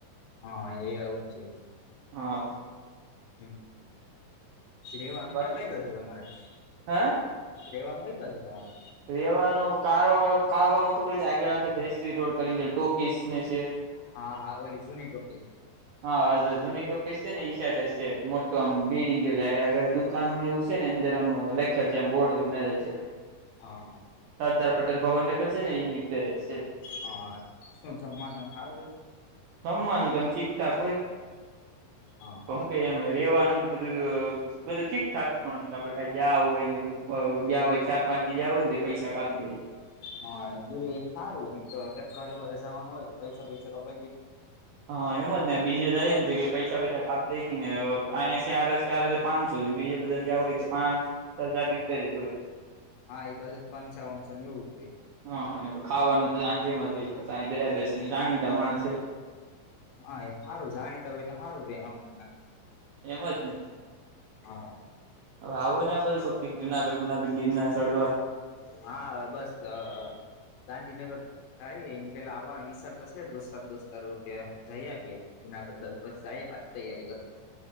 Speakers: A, on the left (about 75°); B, on the right (about 80°).
A: હા એ હું છું.
B: હા.
A: હા, શું કહેવા માંગો
B: બાકી
A: છો?
B: હ
A: રહેવાનું કઈ બાજુ તમારે?
B: રહેવાનું કયા કામમાં ખબર છે? આગળ તો રોડ કરીને ટોકીઝને છે.
A: હા હા, ઓલી નહીં જુની ટૉકીઝ.
B: હા, હા, જૂની છે ને, શર્ટ છે મોટું આમ બિલ્ડિંગ જેવું. કાનૂન એવું છે ને અંદર આમ લખેલું છે આમ બોર્ડ એવું મૂકેલું છે.
A: હા.
B: સરદાર પટેલ ભવન રાખેલું છે ને એની પાસે છે.
A: હા શું જવાનું સારું?
B: રમવાનું તમે ઠીકઠાક હોય.
A: હા
B: કહું
A: હા
B: કે એમ રહેવાનું ને બધું બધું ઠીકઠાક, પણ આપણે કંઈ ગયા હોય ને બધા ગયા હોય ચાર પાંચ-છ હોય તો પૈસા કાઢે.
A: હા, એ સારું. એમ તો ચક્કરે બેસવાનું હોય તો પૈસા કપાઈ જાય.
B: હા, એમ જ ને. બીજે થાય એમ કે પૈસા-પૈસા કાપી દે, અને અહીંયા ચાર-ચાર હજાર. પાંચસો બીજા બધા જ હોય તો પાંચ હજારની ઉપર જ હોય.
A: હા, એમાં પચીસસો ને એવું જોઈએ.
B: હા, અને ખાવાનું તો સાંજે જ હોય ને ક્યાં બરાબર છે ને જાણીતા માણસે.
A: હા, એ સારું જાણીતા હોય તો સારું રહે એમ.
B: એમ જ ને.
A: હા.
B: હવે આવો ને આ બાજુ કોક દી જુનાગઢ બૂનાગઢ ગીરનાર ચડવા.
A: હા હવે બસ ત ગાંધીનગર થાય એ પહેલાં આવવાનો વિચાર તો આવવાનો છે દોસ્તાર દોસ્તારો કે જઈ આવ્યે. જુનાગઢ બાજુ <unintelligible> પાછી તૈયારી કરવુ હા.